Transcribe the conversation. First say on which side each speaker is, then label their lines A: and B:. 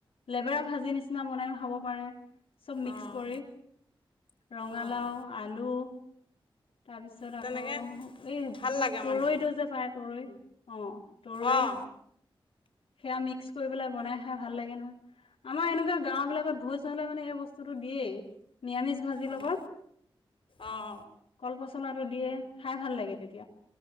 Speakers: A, on the left (about 80°); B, on the left (about 65°).
A: লেবেৰা ভাজি নিচিনা বনাইও খাব পাৰে। চব মিক্স
B: অঁ অঁ
A: কৰি ৰঙালাও
B: অঁ
A: আলু তাৰ পিছত
B: তেনেকৈ
A: আকৌ এই
B: ভাল লাগে
A: তৰৈটো
B: মানে
A: যে পায় তৰৈ অ তৰৈ
B: অঁ
A: সেয়া মিক্স কৰি পেলাই বনাই খাই ভাল লাগে নহয়। আমাৰ এনেকুৱা গাও বিলাকত ভোজ হলে মানে সেই বস্তোতো দিয়ে নিয়ামিজ ভাজি
B: অঁ
A: লগত,
B: অঁ
A: কল পছ মচলাটো দিয়ে খাই ভাল লাগে তেতিয়া।